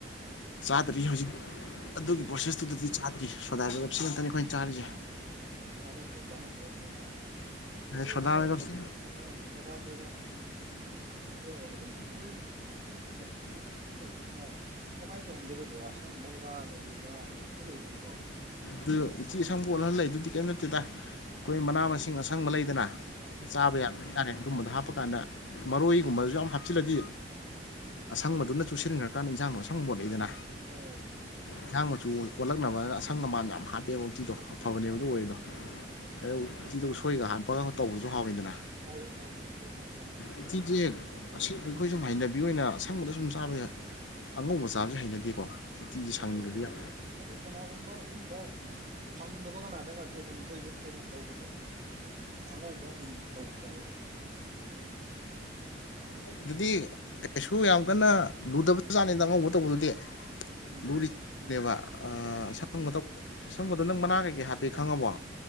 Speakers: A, on the left; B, on the right.
A: ꯆꯥꯗ꯭ꯔꯤ ꯍꯧꯖꯤꯛ ꯑꯗꯨꯒꯤ ꯄ꯭ꯔꯣꯁꯦꯁꯇꯨꯗꯗꯤ ꯆꯥꯗ꯭ꯔꯤ ꯀꯗꯥꯏꯗꯞ ꯁꯤ ꯉꯥꯛꯇꯅꯤ ꯑꯩꯈꯣꯏ ꯆꯥꯔꯤꯁꯦ
B: ꯆꯥꯟꯗ꯭ꯔꯦ ꯆꯥꯟꯗ꯭ꯔꯦ ꯇꯣꯅ ꯑꯗꯨꯗ
A: ꯁꯣꯗꯥ
B: ꯍꯥꯏꯒ꯭ꯔ
A: ꯕꯥꯏꯒꯞꯁꯤ
B: ꯑ ꯁꯣꯗꯥ ꯦꯒ ꯍꯣꯏ ꯑꯗꯨꯒꯤ ꯃꯣꯏ ꯃꯆꯨ ꯃꯈꯜ ꯃꯈꯜ ꯂꯩꯕꯅ ꯀꯃꯥꯏꯅ ꯇꯧꯍꯟꯒꯦꯗꯕꯣ ꯑꯁꯪꯕꯒ ꯂꯩꯔꯤꯕ ꯃꯈꯜ ꯈꯔ ꯂꯩꯗꯅꯣꯀꯣ
A: ꯑꯗꯨ ꯎꯆꯤ ꯑꯁꯪꯕ ꯑꯣꯜꯍꯜ ꯂꯩ ꯑꯗꯨꯗꯤ ꯀꯔꯤꯝ ꯅꯠꯇꯦꯗ ꯑꯩꯈꯣꯏ ꯃꯅꯥ ꯃꯁꯤꯡ ꯑꯁꯪꯕ ꯂꯩꯗꯅ
B: ꯑꯥ
A: ꯆꯥꯕ ꯌꯥꯕ ꯍꯥꯏꯇꯥꯔꯦ ꯑꯗꯨꯝꯕꯗꯣ ꯍꯥꯞꯄ ꯀꯥꯟꯗ ꯃꯔꯣꯏꯒꯨꯝꯕꯗꯨꯁꯨ ꯌꯥꯝ ꯍꯥꯞꯆꯤꯜꯂꯗꯤ ꯑꯁꯪꯕꯗꯨꯅ ꯆꯨꯁꯤꯟꯈ꯭ꯔꯀꯥꯟꯗ ꯏꯟꯖꯥꯡꯗꯣ ꯑꯁꯪ ꯃꯣꯠꯂꯏꯗꯅ
B: ꯑꯣ
A: ꯌꯦꯟꯁꯥꯡ ꯃꯆꯨ ꯑꯣꯜꯂꯛꯅꯕꯅ ꯑꯁꯪ ꯑꯃꯥꯟ ꯌꯥꯝ ꯍꯥꯞꯄꯦꯕ ꯎꯛꯇꯤꯗꯣ ꯑꯐꯕꯅꯦꯕꯗꯣ
B: ꯑꯣ
A: ꯑꯣꯏꯗꯣ
B: ꯑꯣ
A: ꯑ ꯎꯤꯗꯨ ꯁꯣꯏꯒ ꯍꯥꯞꯄꯒ ꯇꯧꯕꯁꯨ ꯍꯥꯎꯋꯤꯗꯅ
B: ꯍꯥꯎꯏ ꯍꯥꯎꯏ ꯂꯁꯣꯏ ꯍꯥꯞꯄ ꯍꯥꯎꯏ
A: ꯎꯇꯤꯁꯦ ꯑꯁꯤ ꯑꯩꯈꯣꯏ ꯁꯨꯝ ꯍꯩꯅꯕꯤ ꯑꯣꯏꯅ ꯑꯁꯪꯕꯗ ꯁꯨꯝ ꯆꯥꯕ ꯑꯉꯧꯕ ꯆꯥꯕꯁꯦ ꯍꯩꯅꯗꯦꯀꯣ ꯇꯤꯒꯤ
B: ꯍꯩꯅꯗꯦ
A: ꯁꯪꯅꯗꯤꯂꯤꯌꯥ
B: ꯑꯉꯧ ꯑꯉꯧꯕꯁꯦ ꯑꯗꯨ ꯀꯅꯥꯒꯨꯝꯕ ꯑꯗꯨꯝꯕ ꯐꯪꯗꯕ ꯀꯅꯥꯗ ꯉꯇꯦ ꯑꯗꯨꯝ ꯑꯩꯈꯣꯏ ꯌꯨꯝꯗ ꯇꯧꯕꯗꯤ ꯑꯉꯧꯕ ꯑꯗꯨꯝ ꯇꯧꯕ ꯌꯥꯎꯋꯦ ꯎꯝ
A: ꯑꯉꯧꯕꯗꯨꯗꯤ ꯀꯩꯁꯨ ꯌꯥꯝ ꯀꯟꯅ ꯂꯨꯗꯕ ꯆꯥꯠꯅꯤꯗ ꯑꯉꯧꯕ ꯇꯧꯕꯗꯨꯗꯤ
B: ꯎꯝ
A: ꯂꯨꯔꯤ ꯆꯅꯦꯕ
B: ꯎꯝ
A: ꯁꯪꯕ ꯇꯧꯕ ꯑꯁꯪꯕꯗꯣ ꯅꯪ ꯃꯅꯥ ꯀꯩꯀꯩ ꯍꯥꯞꯄꯤꯦ ꯈꯪꯉꯕꯣ